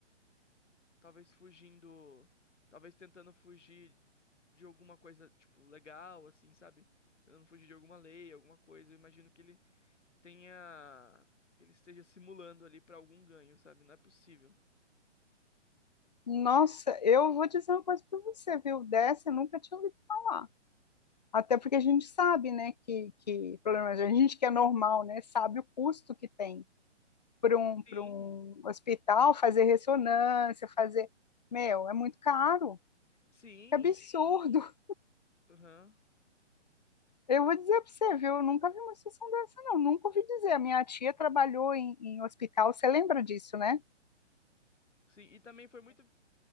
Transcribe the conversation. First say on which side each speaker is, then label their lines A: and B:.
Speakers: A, on the left; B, on the left.
A: talvez fugindo, talvez tentando fugir de alguma coisa, tipo, legal, assim, sabe? Tentando fugir de alguma lei, alguma coisa. Eu imagino que ele tenha, que ele esteja simulando ali pra algum ganho, sabe? Não é possível.
B: Nossa, eu vou dizer uma coisa para você, viu? Dessa eu nunca tinha ouvido falar. Até porque a gente sabe, né, que, que problema, a gente que é normal, né, sabe o custo que tem para um, para
A: Sim,
B: um hospital fazer ressonância, fazer. Meu, é muito caro.
A: sim,
B: É absurdo.
A: aham.
B: Eu vou dizer para você, viu? Eu nunca vi uma situação dessa, não. Nunca ouvi dizer. A minha tia trabalhou em, em hospital, você lembra disso, né?
A: Sim, e também foi muito,